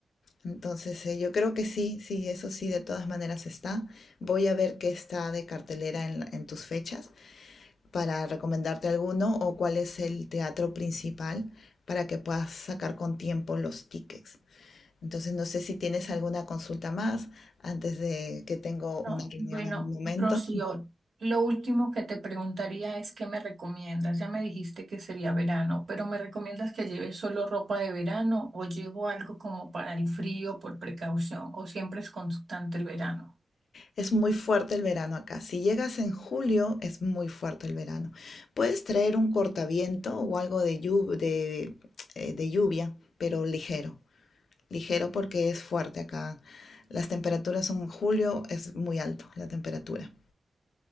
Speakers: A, on the left (about 85°); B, on the right (about 70°).
A: Entonces, eh, yo creo que sí, sí, eso sí, de todas maneras está. Voy a ver qué está de cartelera en, en tus fechas para recomendarte alguno o cuál es el teatro principal para que puedas sacar con tiempo los tickets. Entonces, no sé si tienes alguna consulta más antes de que tengo
B: No,
A: una reunión
B: bueno,
A: en un momento.
B: Rocío, lo último que te preguntaría es qué me recomiendas. Ya me dijiste que sería verano, pero ¿me recomiendas que lleve solo ropa de verano o llevo algo como para el frío por precaución o siempre es constante el verano?
A: Es muy fuerte el verano acá. Si llegas en julio, es muy fuerte el verano. Puedes traer un cortaviento o algo de, llu- de, eh, de lluvia, pero ligero. Ligero porque es fuerte acá. Las temperaturas en julio es muy alto, la temperatura.